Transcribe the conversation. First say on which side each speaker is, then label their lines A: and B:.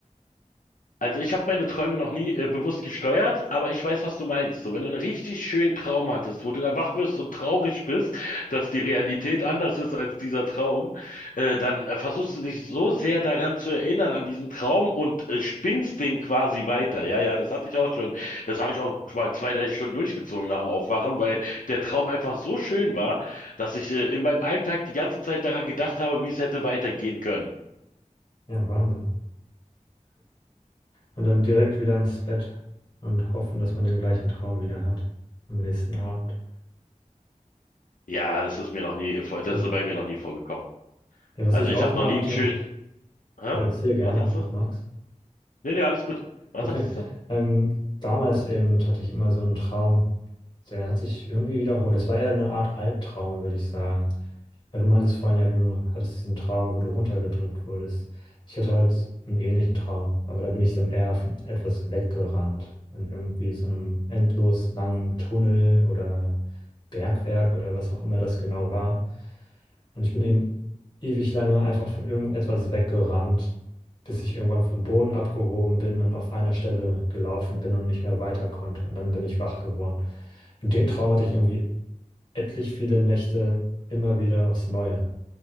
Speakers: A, on the left; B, on the left.
A: Also ich habe meine Träume noch nie äh, bewusst gesteuert, aber ich weiß, was du meinst. So, wenn du einen richtig schönen Traum hattest, wo du dann wach wirst und traurig bist, dass die Realität anders ist als dieser Traum, äh, dann äh, versuchst du dich so sehr daran zu erinnern, an diesen Traum und äh, spinnst den quasi weiter. Ja, ja, das hatte ich auch schon. Das habe ich auch schon mal zwei, drei Stunden durchgezogen nach dem Aufwachen, weil der Traum einfach so schön war, dass ich äh, in meinem Alltag die ganze Zeit daran gedacht habe, wie es hätte weitergehen können.
B: Ja, Wahnsinn. Und dann direkt wieder ins Bett und hoffen, dass man den gleichen Traum wieder hat am nächsten Abend.
A: Ja, das ist mir noch nie, vor- das
B: Ja.
A: ist bei mir noch nie vorgekommen.
B: Ja, was
A: Also
B: ich
A: ich
B: auch
A: habe
B: mal
A: noch nie
B: hatte,
A: einen schönen. Hä?
B: oder erzähl gerne,
A: Was hast
B: wenn
A: du?
B: du magst.
A: Nee, nee, alles gut. Was
B: Okay.
A: hattest du?
B: Ähm, damals eben hatte ich immer so einen Traum, der hat sich irgendwie wiederholt. Das war eher eine Art Albtraum, würde ich sagen. Weil du meintest vorhin ja, du hattest diesen Traum, wo du runtergedrückt wurdest. Ich hatte halt einen ähnlichen Traum, aber da bin ich dann eher von etwas weggerannt. In irgendwie so einem endlos langen Tunnel oder Bergwerk oder was auch immer das genau war. Und ich bin eben ewig lange einfach von irgendetwas weggerannt, bis ich irgendwann vom Boden abgehoben bin und auf einer Stelle gelaufen bin und nicht mehr weiter konnte. Und dann bin ich wach geworden. Und den Traum hatte ich irgendwie etlich viele Nächte immer wieder aufs Neue.